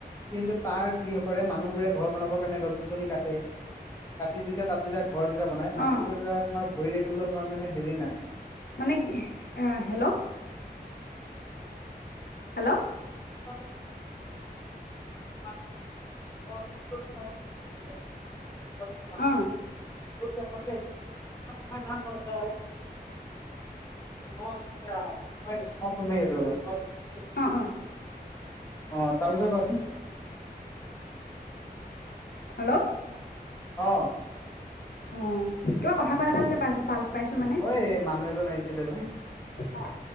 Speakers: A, on the left (about 20°); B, on the left (about 70°).
A: কিন্তু তাৰ কি কৰে মানুহবোৰে ঘৰ বনাবৰ কাৰণে গছ গছনি কাটে <unintelligible> ঘৰ যেতিয়া বনাই
B: অ
A: মাটিটো যেতিয়া তোমাৰ ধৰি ৰাখিবলৈ তোমাৰ মানে হেৰি নাই
B: মানে কি আহ হেল্ল' হেল্ল'
A: অ আচ্ছা
B: অ
A: <unintelligible>
B: অ অ
A: অ তাৰপিছত কোৱাচোন
B: হেল্ল'
A: অ
B: অ কিবা কথা কথা কৈ দেখাইছে পাল পাইছো মানে
A: ঐ মানুহ এজন আহিছিলে যে
B: অ অ